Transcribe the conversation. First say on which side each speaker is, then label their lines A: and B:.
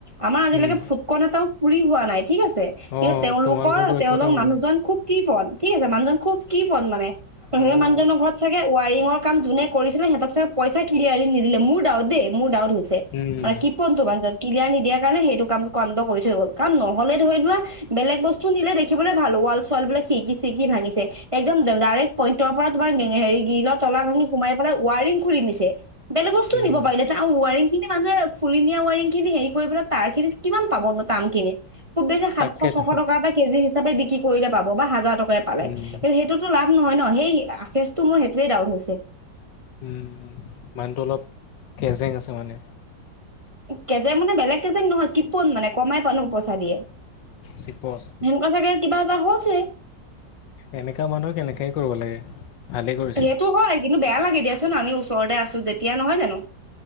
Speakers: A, on the right (about 25°); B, on the left (about 80°).
A: আমাৰ আজিলৈকে
B: উম,
A: ফুটকন এটাও চুৰি হোৱা নাই। ঠিক আছে, কিন্তু
B: অ',
A: তেওঁলোকৰ
B: তোমালোকৰতো একোতে
A: তেওঁলোক
B: হোৱা
A: মানুহজন
B: নাই।
A: খুব কৃপণ ঠিক আছে মানুহজন খুব কৃপণ মানে। সেই
B: অ',
A: মানুহজনৰ ঘৰত চাগে ৱায়াৰিঙৰ কাম যোনে কৰিছিলে, সিহঁতক চাগে পইচা ক্লিয়াৰলি নিদিলে মোৰ দাওত দেই। মোৰ ডাউট হৈছে।
B: উম।
A: <unintelligible> বানজন ক্লিয়াৰ নিদিয়াৰ কাৰণে সেইটো কাম কন্দ কৰি থৈ গ'ল, কাৰণ নহ'লে ধৰি লোৱা বেলেগ বস্তু নিলে দেখিবলৈ ভাল ৱাল ছোৱাল বিলাক শিৰকি চিৰকি ভাঙিছে একদম ডাইৰেক্ট পইণ্ট তাৰপৰা তোমাৰ হেৰি গিলৰ তলা ভাঙি, সোমাই পেলাই ৱাৰিং খুলি নিছে, বেলেগ বস্তও
B: উম,
A: নিব পাৰিলে ৱাৰিংখিনি মানুহে খুলি নিয়া ৱাৰিংখিনি হেৰি কৰি পেলাই তাৰখিনিত কিমান পাবনো তামখিনিত। খুব বেছি সাতশ,
B: তাকেতো।
A: ছশ টকা এটা কেজি হিচাপে বিক্ৰী কৰিলে পাব বা হাজাৰ টকা পালে
B: উম,
A: কিন্তু সেইটোতো লাভ নহয় ন' সেই আশেষটো মোৰ সেইটোৱে ডাউট হৈছে।
B: উম, মানুহটো অলপ কেজেং আছে মানে।
A: কেজেং মানে বেলেগ কেজেং নহয় ক্ৰিপুণ মানে কমাই পানো পইচা দিয়ে।
B: চিপচ।
A: সেনেকুৱা চাগে কিবা এটা হৈছে।
B: এনেকা মানুহক এনেকাই কৰিব লাগে। ভালেই কৰিছে,
A: সেইটো হয় কিন্তু বেয়া লাগে দিয়াচোন, আমি ওচৰতে আছোঁ যেতিয়া নহয় জানো।